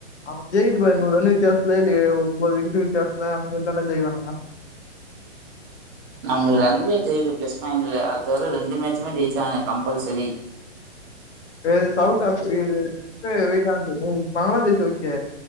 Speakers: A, on the left; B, on the right.
A: ஆமா ஜெயிது பாரு நூறு ரன் வித்தியாசத்துல இல்லய ஒன்பது விக்கெட்டு வித்தியசத்துல அந்த மாரி தானே ஜெயிப்பானுங்க
B: நம்ம ரன்ரே பிளஸ் பாயிண்ட் அதுவர ரெண்டு மேச்சுமே ரீச் ஆக கம்பல்சரி
A: இது சவுத் ஆ இது வீட்டாந்து Bangladesh okay